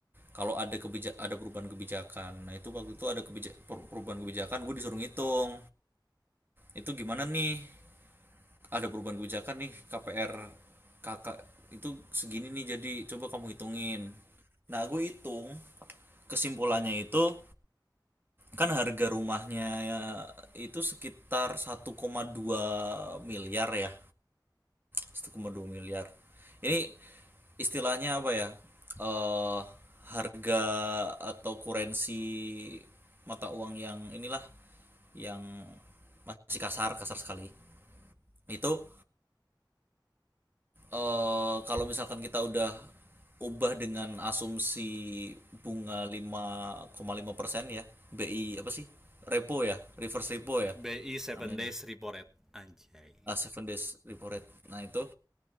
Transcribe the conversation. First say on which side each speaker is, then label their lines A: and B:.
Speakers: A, on the right; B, in the centre.
A: Kalau ada kebijak ada perubahan kebijakan. Nah, itu waktu itu ada kebijak perubahan kebijakan, gue disuruh ngitung. Itu gimana nih? Ada perubahan kebijakan nih KPR kakak itu segini nih jadi coba kamu hitungin. Nah, gue hitung kesimpulannya itu kan harga rumahnya ya, itu sekitar satu koma dua miliar ya satu koma dua miliar. Ini istilahnya apa ya? eh harga atau kurensi mata uang yang inilah yang masih kasar, kasar sekali. Itu eh kalau misalkan kita udah ubah dengan asumsi bunga lima lima koma lima persen ya. BI apa sih? Repo ya, reverse repo ya
B: BI seven
A: namanya.
B: days repo rate. Anjay.
A: Ah, seven days repo rate. Nah, itu